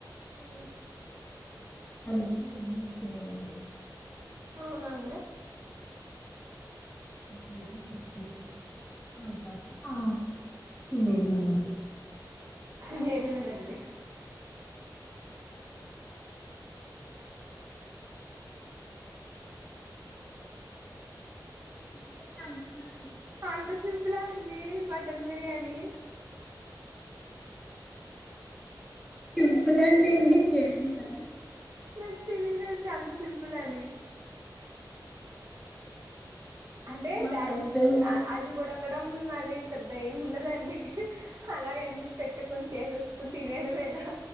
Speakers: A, on the right; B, in the centre.
A: మ్మ్ హ్
B: మ్మ్ హు
A: అవునండి
B: <inaudible> పది దాక ఆ లేదు లేదు అన్నట్టు
A: నేరమేనండి
B: ఎందుకు అంటారు
A: అంత సింపులా అండి మటన్ బిర్యానీ
B: సింపులండి మీకు కదా
A: నాకు తెలియడండి అంత సింపులని అంటే
B: మా
A: ద
B: హస్బెండ్
A: అది కూడా ఆ అది కూడా ఉడకడం అది పెద్ద ఏం ఉండదండి హ్ హ్ అలా అని పెట్టుకుని చేసేసుకుని తినేయడమేనా